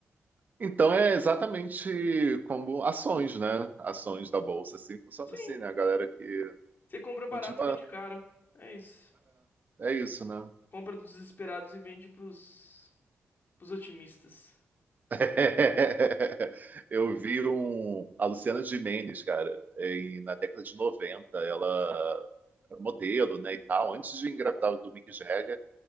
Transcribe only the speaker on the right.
Então é exatamente como ações, né? Ações da bolsa, assim, funciona
assim, né? A galera que
continua.
É, é isso, né?
<laughs> Eu vi um, a Luciana Gimenez, cara, em- na década de 90, ela era modelo, né, e tal, antes de engravidar do Mick Jagger,